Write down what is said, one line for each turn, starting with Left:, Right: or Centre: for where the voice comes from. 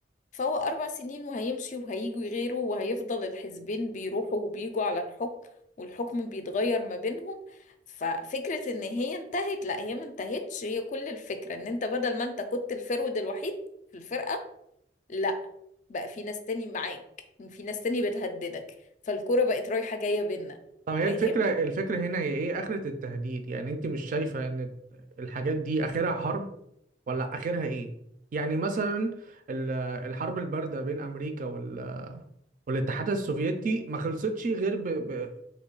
Left: فهو أربع سنين وهيمشي وهيجوا غيره وهيفضل الحزبين بيروحوا وبيجوا على الحكم والحكم بيتغير ما بينهم ففكرة ان هي انتهت لا هي ما انتهتش هي كل الفكرة ان انت بدل ما انت كنت الفرود الوحيد في الفرقة لا بقى في ناس تاني معاك في ناس تاني بتهددك فالكرة بقت رايحة جاية بينا
Right: طب هي
Left: فاهم؟
Right: الفكرة الفكرة هنا هي ايه آخرة التهديد يعني انت مش شايفة ان الحاجات دي آخرها حرب ولا آخرها ايه؟ يعني مثلا ال- الحرب الباردة بين أمريكا وال- والاتحاد السوفيتي ما خلصتش غير ب... ب...